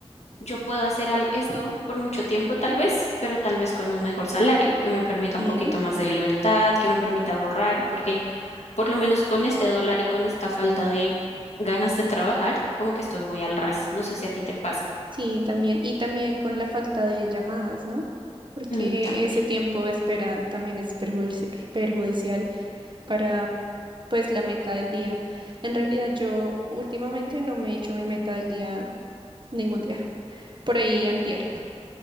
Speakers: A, on the left (about 80°); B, on the right (about 45°).
A: yo puedo hacer al- esto por mucho tiempo tal vez, pero tal vez con un mejor salario que me permita
B: Sí,
A: un poquito más de libertad, que me permita ahorrar, porque por lo menos con este dólar y con esta falta de ganas de trabajar, como que estoy muy al ras. No sé si a ti te pasa.
B: sí, también. Y también con la falta de llamadas, ¿no? Porque
A: Mm, también.
B: ese tiempo de espera también es perjudici- perjudicial. para pues la meta del día. En realidad yo últimamente no me he hecho mi meta del día ningún día, por ahí antier.